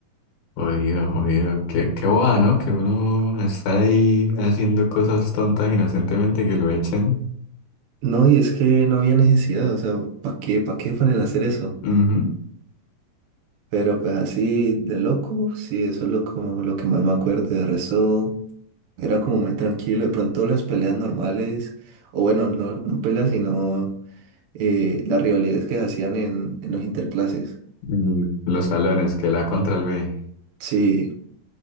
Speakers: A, on the left (about 80°); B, on the right (about 80°).
A: Jodido, jodido, qué, qué boba, ¿no? Que uno estar ahí haciendo cosas tontas inocentemente y que lo echen.
B: No, y es que no había necesidad, o sea, ¿para qué, para qué ponen a hacer eso?
A: Ujú.
B: Pero pues así de loco, sí, eso es lo, como lo que más me acuerdo. De resto, era como muy tranquilo. De pronto las peleas normales, o bueno, no, no peleas, sino eh, las rivalidades que se hacían en, en los interclases.
A: Mm, Los salones, que la contra el B.
B: Sí.